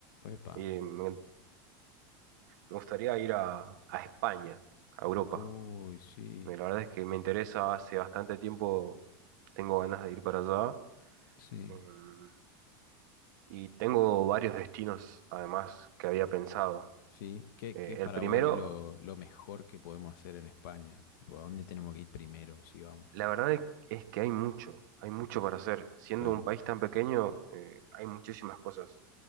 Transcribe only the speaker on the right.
Y me, me gustaría ir a, a España, a Europa.
Eh, La verdad es que me interesa, hace bastante tiempo tengo ganas de ir para allá.
em, y tengo varios destinos, además, que había pensado.
Eh,
el primero
La verdad es es que hay mucho, hay mucho para hacer. Siendo
un país tan pequeño, eh, hay muchísimas cosas.